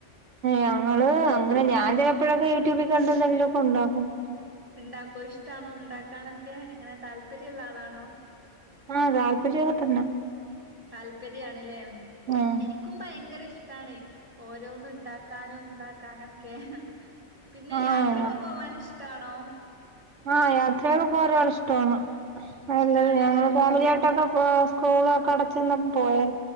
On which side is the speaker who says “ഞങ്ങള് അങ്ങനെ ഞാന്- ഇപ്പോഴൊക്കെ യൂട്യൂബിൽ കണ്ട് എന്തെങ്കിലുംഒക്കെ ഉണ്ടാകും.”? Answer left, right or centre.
Right